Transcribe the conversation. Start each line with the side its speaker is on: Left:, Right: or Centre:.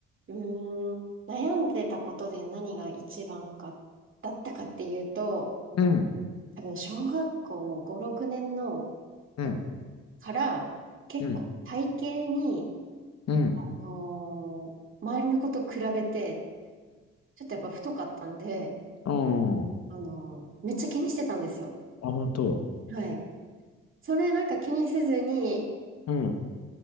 Right: うーん、悩んでたことで何が一番か、だったかっていうと、
Left: うん、
Right: 多分小学校5、6年のこ
Left: うん、
Right: から結構体型に、
Left: うん、うん、うん。
Right: あのー周りの子と比べて、ちょっとやっぱ太かったんで、
Left: うん。
Right: あのーめっちゃ気にしてたんですよ。
Left: あ、本当。
Right: はい。それなんか気にせずに
Left: うん。